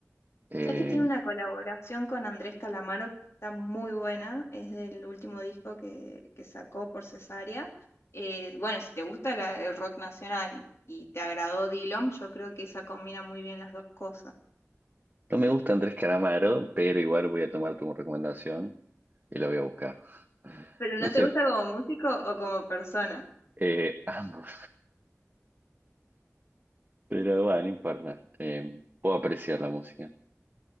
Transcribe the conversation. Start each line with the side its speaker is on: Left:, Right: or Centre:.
Right: Eh,
Left: ¿Sabes que tiene una colaboración con Andrés Calamaro que está muy buena? Es del último disco que, que sacó por Cesárea. Eh, bueno, si te gusta la- el rock nacional y, y te agradó Dillom, yo creo que esa combina muy bien las dos cosas.
Right: No me gusta Andrés Calamaro, pero igual voy a tomar tu recomendación y la voy a buscar.
Left: ¿Pero no
Right: No sé,
Left: te gusta como músico o como persona?
Right: eh, ambos, pero bueno, no importa. Eh, puedo apreciar la música,